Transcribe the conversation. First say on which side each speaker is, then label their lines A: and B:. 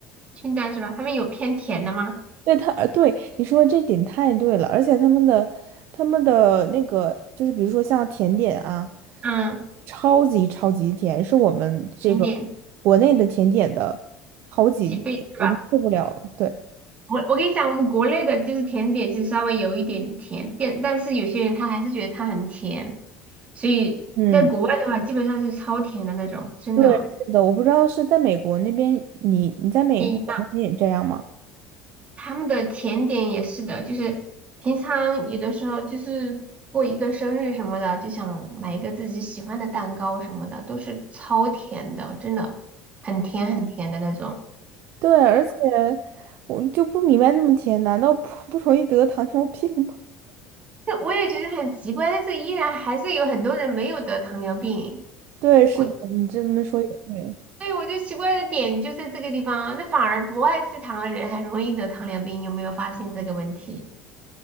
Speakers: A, on the right; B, on the right.
A: 清淡是吧？他们有偏甜的吗？
B: 对他，呃对你说的这点太对了，而且他们的他们的那个就是比如说像甜点啊，
A: 嗯，
B: 超级超级甜，是我们这个国内的甜点的好几倍，
A: 甜点几倍是吧？
B: 我就受不了了。对，
A: 我我跟你讲，我们国内的就是甜点，就是稍微有一点甜，但但是有些人他还是觉得它很甜，所以在国外的话，
B: 嗯，
A: 基本上是超甜的那种，真的。
B: 对，是的，我不知道是在美国那边，你你在美国那边也这样吗？
A: 一样，他们的甜点也是的，就是平常有的时候就是过一个生日什么的，就想买一个自己喜欢的蛋糕什么的，都是超甜的，真的很甜很甜的那种。
B: 对，而且我就不明白那么甜，难道不不容易得糖尿病吗？
A: 那我也觉得很奇怪，但是依然还是有很多人没有得糖尿病。
B: 对，是的，
A: 我，
B: 你这么说也对。
A: 所以我就奇怪的点就在这个地方，那反而不爱吃糖的人还容易得糖尿病，有没有发现这个问题？